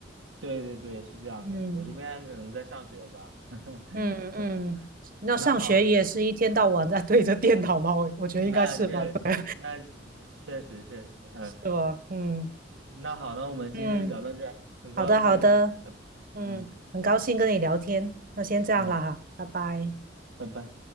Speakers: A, on the right; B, on the right.
A: 对对对，是这样的，
B: 嗯
A: 我这边可能在上学吧。<laughs>
B: 嗯嗯，那上学也是一天到晚在对着电脑吗？
A: 那好。
B: 我我觉得应该是吧，
A: 那确实，
B: 对
A: 那确实确实，嗯，
B: 是吧？嗯
A: 嗯那好，那我们今天就聊到这儿，
B: 嗯，
A: 很高兴跟，
B: 好的好的，嗯，
A: 嗯
B: 很高兴跟你聊天，那先这样了哈，
A: 嗯，
B: 拜拜。
A: 拜拜。